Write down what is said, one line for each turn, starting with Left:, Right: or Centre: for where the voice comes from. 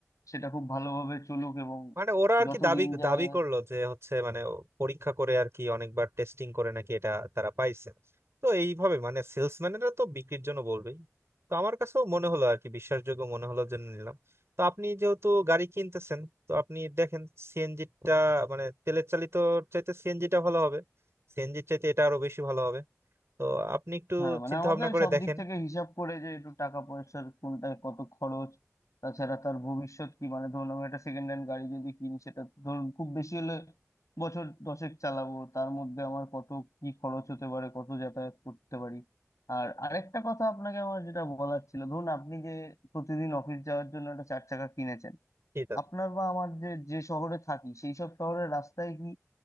Left: সেটা খুব ভালোভাবে চলুক এবং
Right: মানে ওরা আর
Left: যত
Right: কি দাবি
Left: দিন যায়
Right: দাবি করলো যে হচ্ছে মানে ও পরীক্ষা করে আর কি অনেকবার টেস্টিং করে নাকি এটা তারা পাইছে তো এইভাবে মানে সেলসম্যানেরা তো বিক্রির জন্য বলবেই তো আমার কাছেও মনে হলো আর কি বিশ্বাসযোগ্য মনে হলো জন্য নিলাম তো আপনি যেহেতু গাড়ি কিনতেছেন তো আপনি দেখেন সিএনজিটা মানে তেলের চালিত চাইতে সিএনজিটা ভালো হবে সিএনজির চাইতে এটা আরো বেশি ভালো হবে তো আপনি একটু
Left: হ্যাঁ মানে
Right: চিন্তা
Left: আমাকে
Right: ভাবনা করে
Left: সব
Right: দেখেন
Left: দিক থেকে হিসাব করে যে একটু টাকা পয়সার কোনটায় কত খরচ তাছাড়া তার ভবিষ্যৎ কি মানে ধরুন আমি একটা সেকেন্ড হ্যান্ড গাড়ি যদি কিনি সেটা তো ধরুন খুব বেশি হলে বছর দশেক চালাবো তার মধ্যে আমার কত কি খরচ হতে পারে কত যাতায়াত করতে পারি আর আরেকটা কথা আপনাকে আমার যেটা বলার ছিল ধরুন আপনি যে প্রতিদিন অফিস যাওয়ার জন্য একটা চার চাকা কিনেছেন
Right: ঠিক আছে
Left: আপনার বা আমার যে যে শহরে থাকি সেই সব শহরের রাস্তায় কি